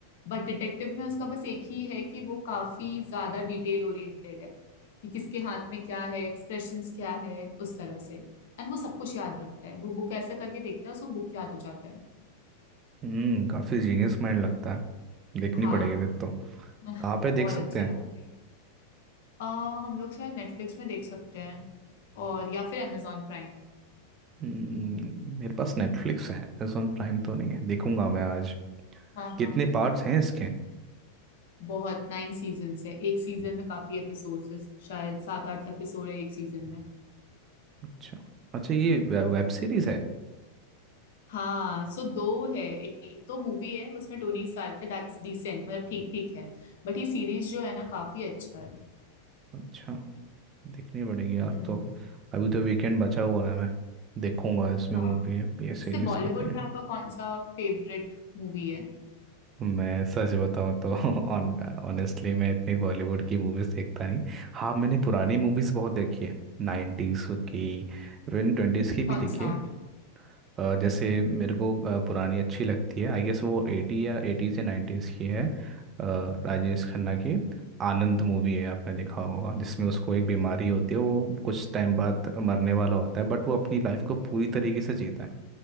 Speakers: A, on the left (about 55°); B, on the right (about 30°).
A: बट डिटेक्टिव में उसका बस एक ही है कि वो काफी ज्यादा डिटेल ओरिएंटेड है कि किसके हाथ में क्या है एक्सप्रेशंस क्या है उस तरह से एंड वो सब कुछ याद रखता है वो बुक ऐसे करके देखता है उसको बुक याद हो जाता है
B: हम्म काफी जीनियस माइंड लगता है देखनी
A: हाँ
B: पड़ेगी फिर तो
A: <laughs>
B: कहाँ पे देख
A: बहुत
B: सकते
A: अच्छा
B: हैं
A: है वो भी अ, हम लोग शायद नेटफ्लिक्स में देख सकते हैं और या फिर amazon प्राइम
B: हम्म, मेरे पास नेटफ्लिक्स है अमेजोन प्राइम तो नहीं है देखूंगा मैं आज
A: हाँ हाँ
B: कितने पार्ट्स हैं इसके
A: बहुत नाइन सीजन्स है एक सीजन में काफी एपिसोड्स है शायद सात आठ एपिसोड है एक सीजन में
B: अच्छा अच्छा ये वे, वेब सीरीज है
A: हाँ सो दो है एक तो मूवी है उसमें टोनी स्टार्क है दैट्स डिसेंट मतलब ठीक ठीक है बट ये सीरीज जो है ना काफी अच्छा है
B: अच्छा देखनी पड़ेगी आज
A: हम्म
B: तो अभी तो वीकेंड बचा हुआ है मैं देखूंगा इसमें
A: हाँ
B: मूवी ये सीरीज
A: इससे बॉलीवुड
B: का फिर
A: में आपका कौन सा फेवरेट मूवी है
B: मैं सच बताऊं तो <laughs> ऑन ऑनेस्टली मैं इतनी बॉलीवुड की मूवीज देखता नहीं हाँ मैंने पुरानी मूवीज बहुत देखी है नाइन्टीज की इवन ट्वेंटीज़ की भी
A: कौन
B: देखी
A: सा
B: है अ, जैसे मेरे को अ, पुरानी अच्छी लगती है आई गेस वो एटी या एटी से नाइन्टीज़ की है अ, राजेश खन्ना की आनंद मूवी है आपने देखा होगा जिसमें उसको एक बीमारी होती है वो कुछ टाइम
A: ओ
B: बाद मरने वाला होता है बट वो अपनी लाइफ को पूरी तरीके से जीता है